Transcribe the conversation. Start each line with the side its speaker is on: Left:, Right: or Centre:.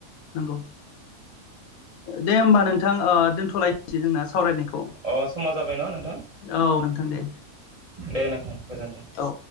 Left: नंगौ दे होमबा नों थां ओ दोनथ'लायनोसै जोंना सावरायनायखौ
Right: अ समा जाबाय न नोंथां
Left: औ नोंथां दे
Right: दे नोंथां गोजोन्थों
Left: औ।